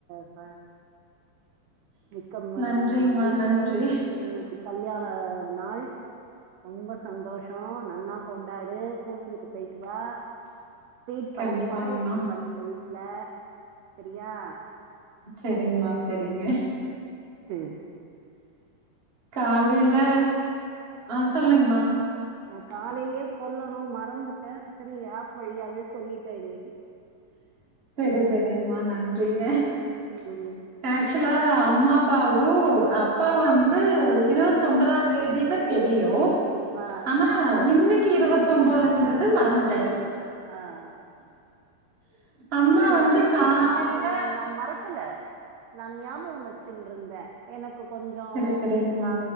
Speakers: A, on the right; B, on the right.
A: ஃப விக்கம்மா
B: நன்றிங்மா
A: மகிழ்ச்சி
B: நன்றி
A: இன்னைக்கு கல்யாண நாள் ரொம்ப சந்தோஷம் நன்னா கொண்டா டாடு கோவிலுக்கு போயிட்டு வா ஸ்வீட்
B: கண்டிப்பாங்மா
A: பண்ணி பாயசம் பண்ணு வீட்டுல சரியா
B: செரிங்கமா செரிங்க
A: உம்
B: காலையில ஆஹ் சொல்லுங்கமா
A: ஆ காலையிலயே சொல்லணும் மறந்து ன் சரி ஆப் வழியாவே சொல்லிட்டேன் இன்னைக்கு
B: சரி சரிங்கமா நன்றிங்க
A: ம்
B: ஆக்சுவலா அம்மா அப்பாவு அப்பா வந்து இருவத்த ஒன்பதாம் தேதினு தெரியும்
A: ஆ
B: ஆனா இன்னைக் கு இருபத்து ஒண்பதுங்கறத மறந்துட்டாரு
A: ஆஹ்
B: அம்மா
A: இல்ல
B: வந்து
A: நானு
B: காலையில
A: நா நா மறக்கல நா ஞாபகம் வச்சுட்டு இருந்தேன் என க்கு கொஞ்சம்
B: சரி சரிங்கம்மா